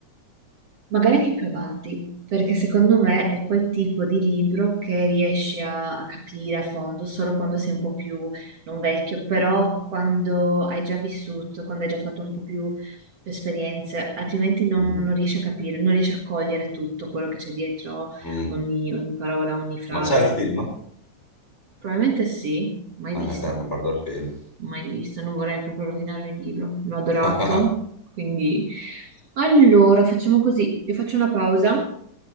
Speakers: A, on the right; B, on the left.
A: Magari anche più avanti, perché secondo me è quel tipo di libro che riesci a, a capire a fondo solo quando sei un po' più, non vecchio, però quando hai già vissuto, quando hai già fatto un po' più più esperienze, altrimenti non,
B: Mm,
A: non riesci a capire, non riesci a cogliere tutto quello che c'è dietro
B: mm.
A: ogni, ogni parola, ogni frase.
B: Ma c'è il film?
A: Probabilmente sì, mai
B: Ah,
A: visto,
B: dai, mi guardo il film.
A: mai visto, non vorrei proprio rovinarmi il libro, l'ho adorato,
B: <laughs>
A: quindi... Allora, facciamo così, io faccio una pausa.